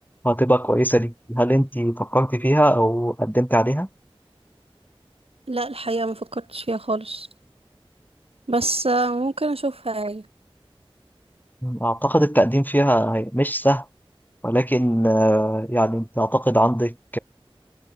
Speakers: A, on the left; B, on the right.
A: وهتبقى كويسة ليك هل أنت فكرت فيها أو قدمت عليها؟
B: لا الحقيقة ما فكرتش فيها خالص بس آه، ممكن اشوفها يعني
A: أعتقد التقديم فيها هي- مش سهل ولكن آه، يعني أنت أعتقد عندك